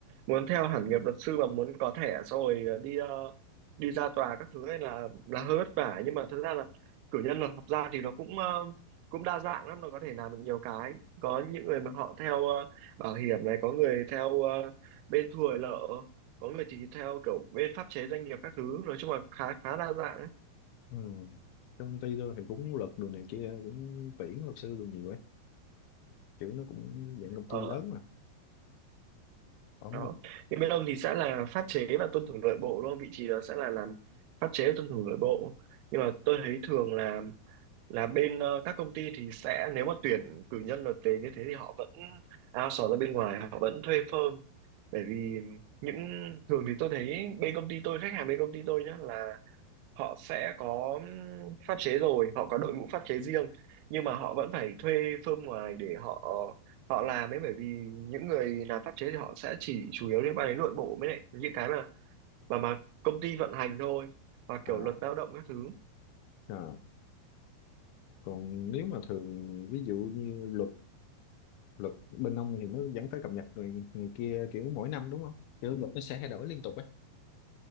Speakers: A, on the right; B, on the left.
A: muốn theo hẳn nghiệp luật sư mà muốn có thẻ xong rồi đi ờ, đi ra tòa các thứ này là là hơi vất vả nhưng mà thật ra là cử nhân luật học gia thì nó cũng ờ, cũng đa dạng lắm nó có thể làm được nhiều cái có những người mà họ theo ờ, bảo hiểm này có người theo ờ, bên thu hồi nợ có người thì theo kiểu bên pháp chế doanh nghiệp các thứ nói chung là khá khá đa dạng ấy.
B: Ừ. Trong công ty tôi thì cũng luật đồ này kia cũng tuyển luật sư đồ nhiều ấy kiểu nó cũng dạng công
A: Ờ,
B: ty lớn mà ở mà
A: đó thì bên ông thì sẽ là pháp chế và tuân thủ nội bộ đúng không vị trí đó sẽ là làm pháp chế và tuân thủ nội bộ nhưng mà tôi thấy thường là là bên ờ, các công ty thì sẽ nếu mà tuyển cử nhân luật tế như thế thì họ vẫn outsource ra bên ngoài họ vẫn thuê firm bởi vì những thường thì tôi thấy bên công ty tôi khách hàng bên công ty tôi nhá là họ sẽ có pháp chế rồi họ có đội ngũ pháp chế riêng nhưng mà họ vẫn phải thuê firm ngoài để họ họ làm ấy bởi vì những người làm pháp chế thì họ sẽ chỉ chủ yếu liên quan đến nội bộ mới lại những cái mà mà mà công ty vận hành thôi và kiểu
B: à,
A: luật lao động các thứ
B: à. còn nếu mà thường ví dụ như luật luật bên ông thì nó vẫn phải cập nhật rồi người kia kiểu mỗi năm đúng không kiểu luật nó sẽ thay đổi liên tục ấy